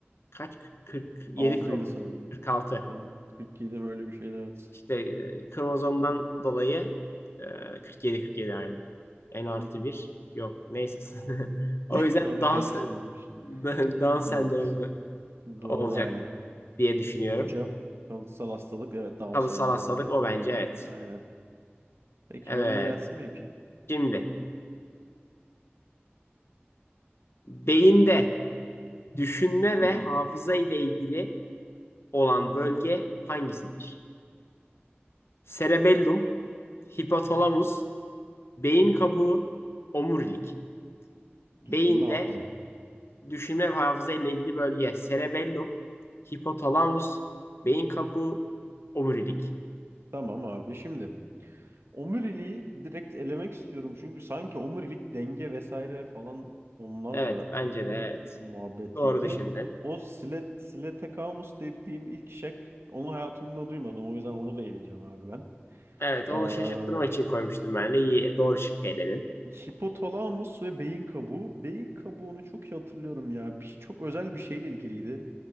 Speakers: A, on the left (about 70°); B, on the right (about 70°).
A: kaç 47
B: 6'ydı
A: kromozom
B: sanırım.
A: 46
B: 46, 47 öyle bir şeydi evet.
A: işte e, kromozomdan dolayı e, 47 47 yani N artı
B: Hı hı.
A: bir yok. Neyse. <laughs> O
B: <laughs>
A: yüzden
B: Onu
A: dans
B: karıştırmamış.
A: <laughs> dans
B: Evet.
A: sendromlu
B: Doğru
A: olacak
B: aynen.
A: diye düşünüyorum.
B: Doğru cevap kalıtsal hastalık. Evet Down
A: Kalıtsal
B: sendromu.
A: hastalık o bence evet.
B: Aynen. Peki
A: Evet.
B: yolla gelsin benimkini.
A: Şimdi beyinde düşünme ve
B: Hı hı.
A: hafıza ile ilgili olan bölge hangisidir? Cerebellum, hipotalamus, beyin kabuğu, omurilik. Beyinde
B: Düşünme hafıza.
A: düşünme ve hafıza ile ilgili bölge cerebellum, hipotalamus, beyin kabuğu, omurilik.
B: Tamam abi şimdi. Omuriliği direkt elemek istiyorum çünkü sanki omurilik denge vesaire falan onlarla
A: Evet bence de evet.
B: e, muhabbetliydi.
A: Doğru düşündün.
B: O Slet, Sletekamus dediğin ilk şek onu hayatımda duymadım. O yüzden onu da eleyeceğim abi ben.
A: Evet onu
B: Ee,
A: şaşırttırmak için koymuştum ben de. İyi doğru şık eledin.
B: hipotalamus ve beyin kabuğu. Beyin kabuğunu çok iyi hatırlıyorum ya. Bir, çok özel bir şeyle ilgiliydi.